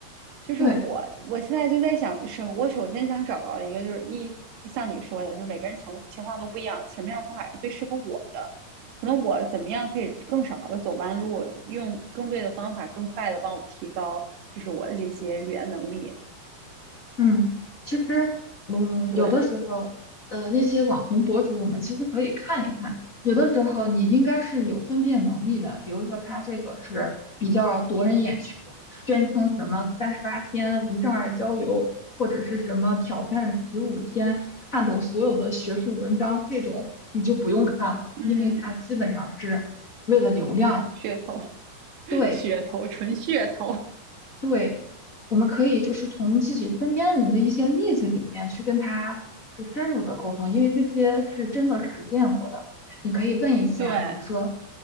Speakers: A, on the right (about 85°); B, on the left (about 25°).
A: 就是我，
B: 对。
A: 我现在就在想，是，我首先想找到一个，就是一像你说的，就是每个人情情况都不一样，什么样的方法是最适合我的？可能我怎么样可以更少的走弯路，用更对的方法，更快的帮我提高，就是我的这些语言能力。
B: 嗯，其实嗯，
A: 对，
B: 有的时候，呃，那些网红博主，我们其实可以看一看。有的时候你应该是有分辨能力的，比如说他这个是比较夺人眼球，宣称什么三十八天无障碍交流，或者是什么挑战十五天看懂所有的学术文章，这种你就不用看了，
A: 嗯，
B: 因为它基本上是为了流量的。
A: 噱头，<laughs>
B: 对，
A: 噱头，纯噱头。
B: 对，我们可以就是从自己身边人的一些例子里面去跟他去深入的沟通，因为这些是真的实践过的。你可以问一下，
A: 对，
B: 比如说